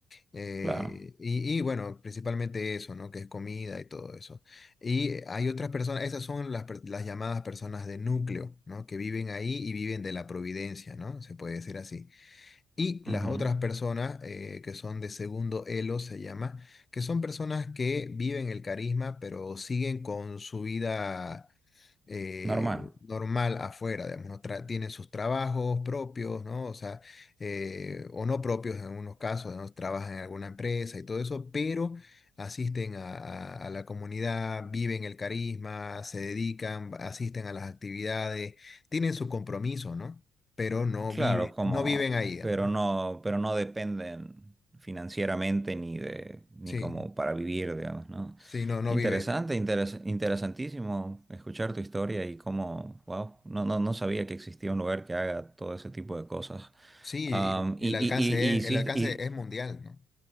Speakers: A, on the left; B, on the right.
A: Eh,
B: Claro,
A: y, y bueno, principalmente eso, ¿no? Que es comida y todo eso. Y hay otras personas, esas son las, per- las llamadas personas de núcleo, ¿no? Que viven ahí y viven de la providencia, ¿no? Se puede decir así. Y
B: ujú,
A: las otras personas eh, que son de segundo elo se llama, que son personas que viven el carisma, pero siguen con su vida eh,
B: Normal.
A: normal afuera, digamos, no tra- tienen sus trabajos propios, ¿no? O sea, eh, o no propios en algunos casos, ¿no? Trabajan en alguna empresa y todo eso, pero asisten a, a- a la comunidad, viven el carisma, se dedican, asisten a las actividades, tienen su compromiso, ¿no? pero no
B: Claro,
A: vive,
B: como,
A: no viven ahí, digamos,
B: pero
A: ¿no?
B: no, pero no dependen financieramente ni de, ni
A: Sí,
B: como para vivir, digamos, ¿no?
A: sí, no, no
B: Interesante,
A: viven.
B: interes- interesantísimo escuchar tu historia y cómo, wow, no, no, no sabía que existía un lugar que haga todo ese tipo de cosas.
A: Sí,
B: Am,
A: el el
B: y, y,
A: alcance
B: y, y
A: es,
B: hiciste,
A: el alcance
B: y-
A: es mundial, ¿no?